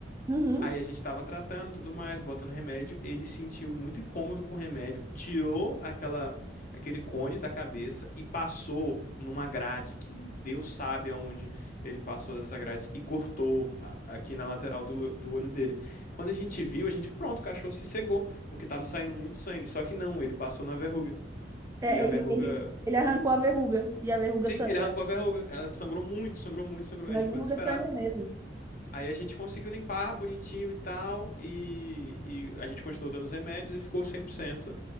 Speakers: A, on the right; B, on the left.
A: Uhum.
B: Aí a gente tava tratando, tudo mais, botando remédio. Ele se sentiu muito incômodo com o remédio, tirou aquela aquele cone da cabeça e passou numa grade, que Deus sabe aonde ele passou dessa grade e cortou a- aqui na lateral do, do olho dele. Quando a gente viu, a gente, pronto, o cachorro se cegou, porque tava saindo muito sangue. Só que não, ele passou na verruga.
A: É,
B: E a
A: ele,
B: verruga.
A: ele, ele arrancou a verruga e a verruga
B: Sim,
A: sangra,
B: ele arrancou a verruga. Ela sangrou muito, sangrou muito, sangrou.
A: mas
B: A gente ficou
A: verruga
B: desesperado.
A: sangra mesmo.
B: Aí a gente conseguiu limpar bonitinho e tal, e, e a gente continuou dando os remédios e ficou 100%,